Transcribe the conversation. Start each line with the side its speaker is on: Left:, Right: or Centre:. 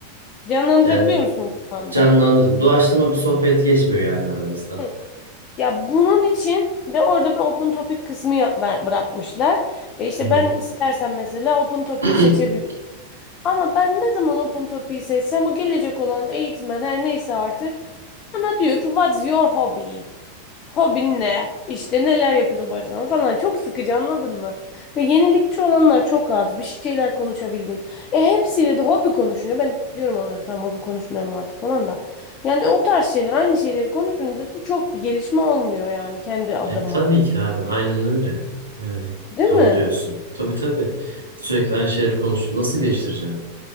Left: Canlandırabiliyor
Right: Yani
Left: musun kafanda?
Right: canlandırdım. Doğaçlama bir sohbet geçmiyor yani aranızda.
Left: Hı. Ya bunun için de orada bir open topic kısmı ya- ver- bırakmışlar. E işte
Right: Hı hı.
Left: ben istersen mesela open topic'i
Right: <clears throat>
Left: seçebilirim. Ama ben ne zaman Open Topic'i seçsem o gelecek olan eğitmen her neyse artık bana diyor ki What's your hobby? Hobin ne? İşte neler yapıyorsun boş zamanında falan. Çok sıkıcı anladın mı? Ve yenilikçi olanlar çok az. Bir şeyler konuşabildiğin. E hepsiyle de hobi konuşunca ben diyorum onlara tamam hobi konuşmayalım artık falan da. Yani o tarz şeyler aynı şeyleri konuşunca da çok bir gelişme olmuyor yani kendi adıma.
Right: E, tabii ki abi. Aynen öyle. Yani
Left: Değil
Right: doğru
Left: mi?
Right: diyorsun. Tabii tabii. Sürekli aynı şeyleri konuşup nasıl geliştireceğim?